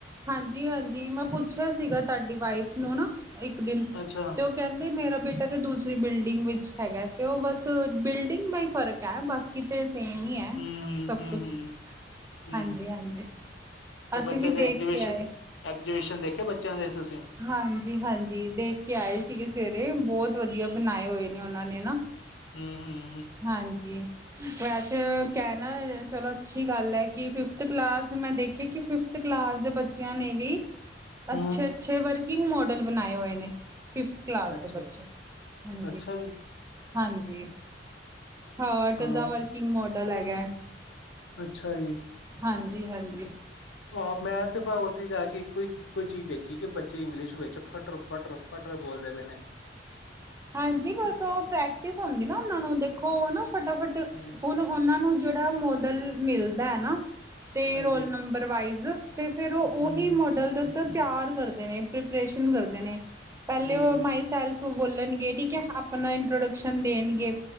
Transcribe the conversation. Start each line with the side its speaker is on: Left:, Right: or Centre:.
Right: ਹਾਂਜੀ ਹਾਂਜੀ, ਮੈਂ ਪੁੱਛਿਆ ਸੀਗਾ ਤੁਹਾਡੀ ਵਾਈਫ ਨੂੰ ਨਾ ਇੱਕ ਦਿਨ
Left: ਅੱਛਾ
Right: ਤੇ ਕਹਿੰਦੇ ਮੇਰਾ ਬੇਟਾ ਤਾਂ ਦੂਸਰੀ ਬਿਲਡਿੰਗ ਵਿੱਚ ਹੈਗਾ ਤੇ ਉਹ ਬਸ ਬਿਲਡਿੰਗ ਦਾ ਈ ਫ਼ਰਕ ਐ ਬਸ ਕਿਤੇ ਸੇਮ ਈ ਐ,
Left: ਹੂੰ
Right: ਸਭ
Left: ਹੂੰ
Right: ਕੁਛ
Left: ਹੂੰ ਹੂੰ ਹੂੰ
Right: ਹਾਂਜੀ, ਹਾਂਜੀ
Left: ਤੇ
Right: ਅਸੀਂ
Left: ਬੱਚਿਆਂ
Right: ਵੀ
Left: ਦੇ
Right: ਦੇਖ
Left: ਐਗਜੀਬਿਸ਼ਨ,
Right: ਕੇ ਆਏ
Left: ਐਗਜੀਬਿਸ਼ਨ ਦੇਖੇ ਬੱਚਿਆਂ ਦੇ ਤੁਸੀਂ
Right: ਹਾਂਜੀ ਹਾਂਜੀ ਦੇਖ ਕੇ ਆਏ ਸੀਗੇ ਸਵੇਰੇ, ਬਹੁਤ ਵਧੀਆ ਬਣਾਏ ਹੋਏ ਨੇ ਉਹਨਾਂ ਨੇ ਨਾ
Left: ਹਮ ਹਮ
Right: ਹਾਂਜੀ, ਵੈਸੇ ਕਹਿਣਾ ਚਲੋ- ਅੱਛੀ ਗੱਲ ਐ ਕਿ ਫਿਫਥ ਕਲਾਸ ਮੈਂ ਦੇਖੀ ਕਿ ਫਿਫਥ ਕਲਾਸ ਦੇ ਬੱਚਿਆਂ ਨੇ ਵੀ ਅੱਛੇ-ਅੱਛੇ
Left: ਹੂੰ
Right: ਵਰਕਿੰਗ ਮੋਡਲ ਬਣਾਏ ਹੋਏ ਨੇ। ਫਿਫਥ ਕਲਾਸ
Left: ਅੱਛਾ
Right: ਦੇ ਬੱਚਿਆ ਨੇ, ਹਾਂਜੀ।
Left: ਅੱਛਾ ਜੀ
Right: ਹਾਂਜੀ, ਹਾਟ
Left: ਹਾਂ
Right: ਦਾ ਵਰਕਿੰਗ ਮੋਡਲ ਹੈਗਾ।
Left: ਅੱਛਾ ਜੀ।
Right: ਹਾਂਜੀ-ਹਾਂਜੀ।
Left: ਹਹ ਮੈਂ ਤੇ ਭ ਉੱਥੇ ਜਾ ਕੇ ਇੱਕੋ ਈ ਚੀ ਇੱਕੋ ਈ ਚੀਜ਼ ਦੇਖੀ, ਕਿ ਬੱਚੇ ਇੰਗਲਿਸ਼ ਵਿੱਚ ਫੱਟਰ, ਪੱਟਰ -ਪੱਟਰ ਬੋਲਦੇ ਪਏਦੇ ਨੇ।
Right: ਹਾਂਜੀ, ਬਸ ਉਹ ਪ੍ਰੈਕਟਿਸ ਹੁੰਦੀ ਨਾ ਉਹਨਾਂ ਨੂੰ ਦੇਖੋ ਉਹ ਨਾ ਫਟਾਫਟ
Left: ਹੂੰ
Right: ਉਹਨੂ ਉਹਨਾਂ ਨੂੰ ਜਿਹੜਾ ਮੋਡਲ ਮਿਲਦਾ ਐ ਨਾ ਤੇ
Left: ਹਾਂਜੀ
Right: ਰੋਲ ਨੰਬਰ ਵਾਈਜ਼ ਤੇ ਫਿਰ ਉਹੀ
Left: ਹੂੰ
Right: ਮੋਡਲ ਦੇ ਤ ਤਿਆਰ ਕਰਦੇ ਨੇ,, ਪ੍ਰਪਰੇਸ਼ਨ ਕਰਦੇ ਨੇ, ਪਹਿਲੇ
Left: ਹੂੰ
Right: ਉਹ ਮਾਈ ਸੈਲਫ ਬੋਲਣ ਗ ਗੇ ਠੀਕ ਐ, ਆਪਣਾ ਇੰਟਰੋਡਕਸ਼ਨ ਦੇਣਗੇ,